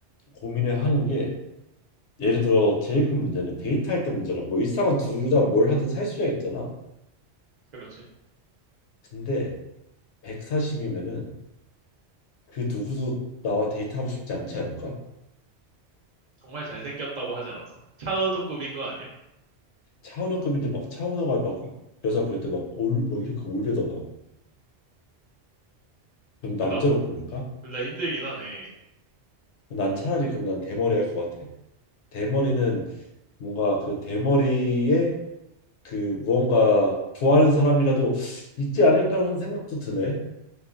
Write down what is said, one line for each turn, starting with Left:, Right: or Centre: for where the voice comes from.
Left: 고민을 하는 게 예를 들어 제일 큰 문제는 데이트할 때 문제라 뭐 일상은 둘 다 뭘 하든 살 수야 있잖아.
Right: 그렇지.
Left: 근데 140이면은 그 누구도 나와 데이트하고 싶지 않지 않을까?
Right: 정말 잘생겼다고 하지 않았어? 차은우급인 거 아니야?
Left: 차은우급인데 막 차은우가 막 여자 볼 때 막 올 막 이렇게 올려다 봐. 그럼
Right: 둘
Left: 남자로
Right: 다,
Left: 보일까?
Right: 둘 다 힘들긴 하네.
Left: 난 차라리 그럼 난 대머리 할 것 같아. 대머리는 뭔가 그 대머리에 그 무언가 좋아하는 사람이라도 있지 않을까라는 생각도 드네.